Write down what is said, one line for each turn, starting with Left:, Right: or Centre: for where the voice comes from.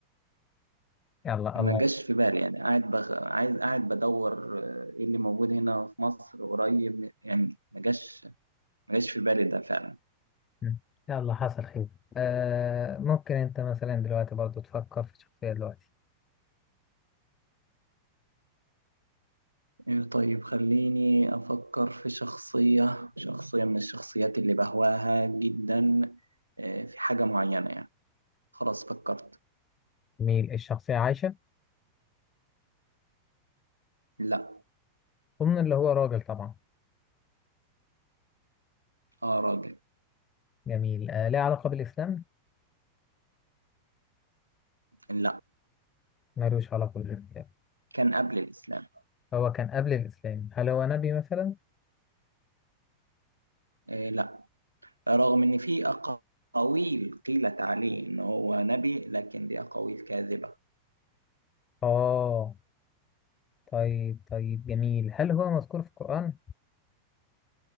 Left: يلا
Right: ما
Left: الله
Right: جاش في بالي يعني قاعد بخ... عايز قاعد بدور آه، ايه اللي موجود هنا في مصر قريب يعني ما جاش ما جاش في بالي ده فعلا
Left: مم. يلا حصل خير آه ممكن انت مثلا دلوقتي برضو تفكر في شخصية دلوقتي
Right: إيه طيب خليني أفكر في شخصية شخصية من الشخصيات اللي بهواها جدا آه، في حاجة معينة يعني خلاص فكرت
Left: جميل الشخصية عايشة
Right: لا
Left: ضمن اللي هو راجل طبعا
Right: آه راجل
Left: جميل آه ليه علاقة بالإسلام؟
Right: لا
Left: ملوش علاقة بالإسلام
Right: كان قبل الإسلام
Left: هو كان قبل الإسلام هل هو نبي مثلا؟
Right: آه، لا رغم إن في أقاويل قيلت عليه إن هو نبي لكن دي أقاويل كاذبة
Left: آه طيب طيب جميل هل هو مذكور في القرآن؟